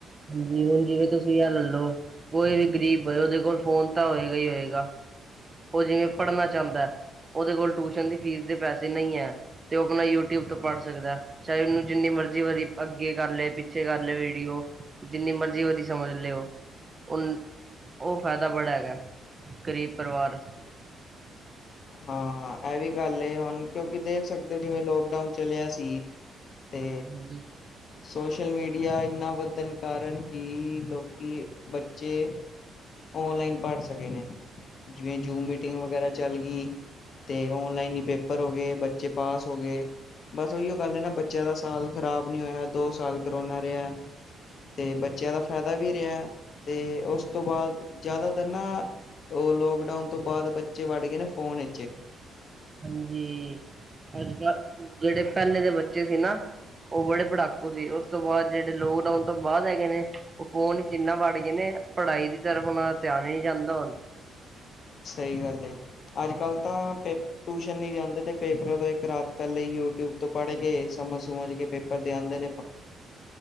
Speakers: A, on the right; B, on the left.
A: ਜੀ ਹੁਣ ਜਿਵੇਂ ਤੁਸੀਂ ਅ ਲ ਲਓ, ਕੋਈ ਵੀ ਗ਼ਰੀਬ ਹੋਏ, ਉਹਦੇ ਕੋਲ ਫੋਨ ਤਾਂ ਹੋਏਗਾ ਈ ਹੋਏਗਾ ਉਹ ਜਿਵੇਂ ਪੜ੍ਹਨਾ ਚਾਹੁੰਦੈ, ਓਦੇ ਕੋਲ ਟਿਊਸ਼ਨ ਦੀ ਫੀਸ ਦੇ ਪੈਸੇ ਨਈੰ ਐਂ ਤੇ ਉਹ ਆਪਣਾ ਯੂਟਿਊਬ ਤੋਂ ਪੜ੍ਹ ਸਕਦੈ, ਚਾਹੇ ਉਹਨੂੰ ਜਿੰਨੀ ਮਰਜ਼ੀ ਵਾਰੀ ਅੱਗੇ ਕਰ ਲਏ, ਪਿੱਛੇ ਕਰ ਲਏ ਵੀਡੀਓ, ਜਿੰਨੀ ਮਰਜ਼ੀ ਉਹਦੀ ਸਮਝ ਲਿਓ ਉ ਓ ਫੈਦੈ ਬੜਾ ਹੈਗੈ, ਗਰੀਬ ਪਰਿਵਾਰ
B: ਹਾਂ, ਐ ਵੀ ਗੱਲ ਏ ਹੁਣ ਕਿਉਂਕਿ, ਦੇਖ ਸਕਦੇ ਹੋ ਜਿਵੇਂ ਲੋਕਡਾਊਨ ਚਲਿਆ ਸੀ ਤੇ
A: ਹਾਂਜੀ
B: ਸੋਸ਼ਲ ਮੀਡੀਆ ਇੰਨਾ ਵਧਣ ਕਾਰਨ ਹੀ, ਲੋਕੀ, ਬੱਚੇ ਓਨਲਾਈਨ ਪੜ ਸਕੇ ਨੇ। ਜਿਵੇਂ
A: ਹਾਂਜੀ
B: ਜੂਮ ਮੀਟਿੰਗ ਵਗੈਰਾ ਚੱਲ ਗੀ ਅਤੇ ਔਨਲਾਈਨ ਹੀ ਪੇਪਰ ਹੋਗੇ, ਬੱਚੇ ਪਾਸ ਹੋਗੇ। ਬਸ ਉਹੀਓ ਗੱਲ ਏ ਨਾ ਬੱਚਿਆਂ ਦਾ ਸਾਲ ਖ਼ਰਾਬ ਨਹੀਂ ਹੋਇਆ, ਦੋ ਸਾਲ ਕਰੋਨਾ ਰਿਹਾ ਤੇ ਬੱਚਿਆਂ ਦਾ ਫਾਇਦਾ ਵੀ ਰਿਹਾ। ਤੇ ਉਸ ਤੋਂ ਬਾਦ ਜ਼ਿਆਦਾਤਰ ਨਾ ਉਹ ਲੋਕਡਾਊਨ ਤੋਂ ਬਾਅਦ ਬੱਚੇ ਵੜ ਗਏ ਨੇ ਫੋਨ ਏਚ
A: ਹਾਂਜੀ- ਅੱਜ ਕੱਲ ਜਿਹੜੇ ਪਹਿਲੇ ਦੇ ਬੱਚੇ ਸੀ ਨਾ ਉਹ ਬੜੇ ਪੜਾਕੂ ਸੀ। ਉਸ ਤੋਂ ਬਾਦ ਜਿਹੜੇ ਲੋਕਡਾਊਨ ਤੋਂ ਬਾਅਦ ਹੈਗੇ ਨੇ ਉਹ ਫੋਨ ਚ ਇਨਾ ਵੜ ਗਏ ਨੇ ਪੜ੍ਹਾਈ ਦੀ ਤਰਫ ੳਨਾ ਧਿਆਨ ਹੀ ਨੀ ਜਾਂਦਾ ਹੁਨ
B: ਸਹੀ ਗੱਲ ਏ। ਅੱਜ ਕੱਲ੍ਹ ਤਾਂ ਪੇ ਟਿਊਸ਼ਨ ਨੀ ਜਾਂਦੇ ਤੇ ਪੇਪਰਾਂ ਤੋਂ ਇੱਕ ਰਾਤ ਪਹਿਲੇ ਹੀ ਯੂਟਿਊਬ ਤੋਂ ਪੜ੍ਹ ਕੇ ਸਮਝ-ਸਮੁਝ ਕੇ ਪੇਪਰ ਦੇ ਆਂਦੇ ਨੇ
A: <inaudible>